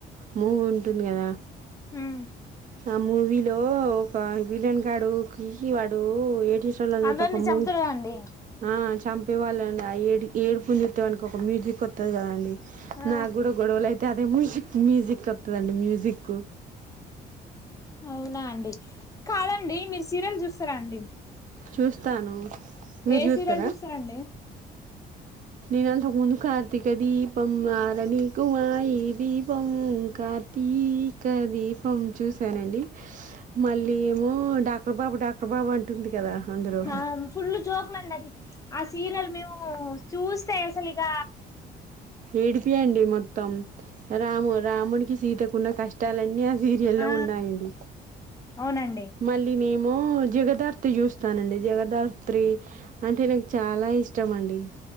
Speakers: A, on the right; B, on the left.
A: మూవీ ఉంటుంది కదా
B: ఉమ్
A: ఆ మూవీలో ఒక విలన్ కాడు వాడు ఏడి యాక్చ్వల్ గా అయితే
B: అందరినీ
A: అది ఒక మూవీ
B: చంపుతారుగా అండి
A: ఆ చంపేవాళ్ళని ఆ ఏడి ఏడుపుని జుస్తే వానికి ఒక మ్యూజిక్ వత్తది కదాండి
B: ఆ
A: నాక్గూడ గొడవలు అయితే అదే మ్యూజిక్ మ్యూజిక్ వత్తది అండి మ్యూజిక్
B: అవునా అండి కాదు అండి మీ సీరియలు చూస్తారా అండి
A: చూస్తాను మీరు
B: ఏ
A: చూత్తరా
B: సీరియల్ చూస్తారండి
A: నేను అంతకుముందు కార్తీక దీపం ఆరనీకుమా యి దీపం కార్తీక దీపం చూశానండి మళ్ళీ ఏమో డాక్టర్ బాబు డాక్టర్ బాబు అంటుంది కదా అందులో
B: ఆ ఫుల్ జోక్లు అండి అది ఆ సీరియల్ మేము చూస్తే అసలు ఇగ
A: ఏడుపే అండి మొత్తం రాము రాముడికి సీతకు ఉన్న కష్టాలు అన్ని సీరియల్లో
B: ఆ
A: ఉన్నాయండి
B: అవునండి
A: మళ్ళీ నే మో జగదాత్రి చూస్తానండి జగదాత్రి అంటే నాకు చాలా ఇష్టం అండి